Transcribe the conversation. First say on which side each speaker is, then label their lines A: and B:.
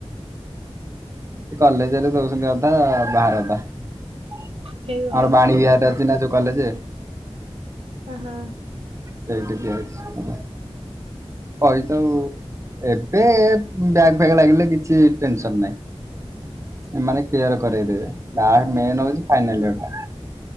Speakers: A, on the right; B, on the right.
A: କଲେଜରେ ଦଉଛନ୍ତି ଅଧା, ବାହାରେ ଅଧା। ଆମର
B: ହେ ଭଗବାନ
A: ବାଣୀ ବିହାରରେ ଅଛି ନା ଯୋଉ କଲେଜେ।
B: ଓ ହଁ।
A: ସେଇଟି ଦିଆହୋଇଛି ହେଲା। କହିଥାଉ, ଏବେ ବ୍ୟାଗ ଫ୍ୟାଗ ଲାଗିଲେ କିଛି ଟେନସନ ନାଇଁ। ଏମାନେ କ୍ଲିୟର କରେଇଦେବେ, ବା ମେନ୍ ହଉଚି ଫାଇନାଲ ଇଅରଟା